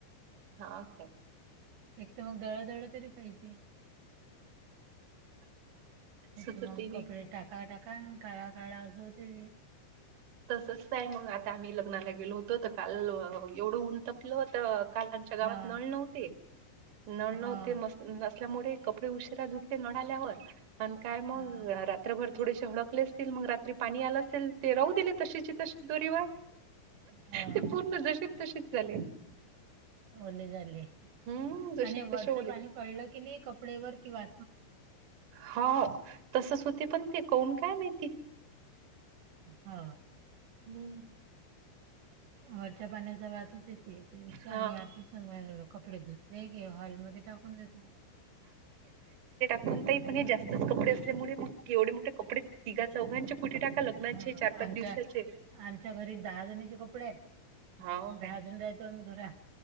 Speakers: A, on the right (about 55°); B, on the right (about 70°).
A: हाओक.
B: एक तर मग दळदळ तरी पाहिजे. हथ
A: सुचतही
B: मग कपडे टाका टाका काळा. असं होते ते
A: तसचय मग आ. म्ही लग्नाला गेलो होतो, तर काल एवढं ऊन तपल तर. काल आमच्या
B: हां
A: गावात नळ नव्हते. नळ नव्हतेस
B: हां
A: नसल्यामुळे, कपडे उशीरा धुतले नळ आल्यावर आणि काय मग.
B: हां
A: रात्रभर थोडेसे हडकले असतील, मग रात्री पाणी आला असेल ते राह दिले तशीचे तशी दोरीवर.
B: हां
A: ते पूर्ण जसेच तशीच झाले.
B: ओले झाले
A: हम्म जशी
B: आणि वरचं
A: तसे ओले
B: पाणी पडलं की नाही, कपडेवरर किंवा.
A: हा तसच होते पण ते कौन काय मेहती.
B: हा.
A: हम्.
B: वरच्या पाण्याचा वासच येते, त्यापेक्षा
A: हा
B: आम्ही आतच. कपडे धुतले की हॉलमध्येध्ये टाकून देतो.
A: कोणताही पण हे जास्तच कपडे असल्यामुळे, मग एवढे मोठे कपडे तिघा चौघांचे. कुठे टाका लग्नाचे
B: हा
A: चार पाच
B: आमच्या
A: दिवसाचे
B: आमच्या घरी दहा जणचे कपडे आहेत.
A: हो
B: दहा
A: काय
B: जण राहतो आम्ही घरा.